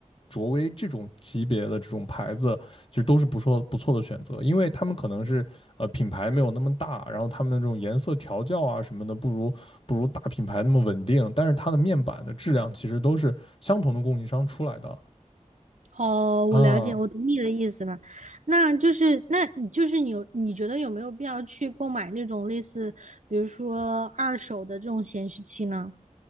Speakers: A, on the left (about 45°); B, on the right (about 75°).
A: 卓威这种级别的这种牌子，其实都是不错不错的选择，因为他们可能是呃品牌没有那么大，然后他们这种颜色调教啊什么的，不如不如大品牌那么稳定，但是它的面板的质量其实都是相同的供应商出来的
B: 哦，我了解，
A: 啊，
B: 我懂你的意思了。那就是那你就是你有你觉得有没有必要去购买那种类似比如说二手的这种显示器呢？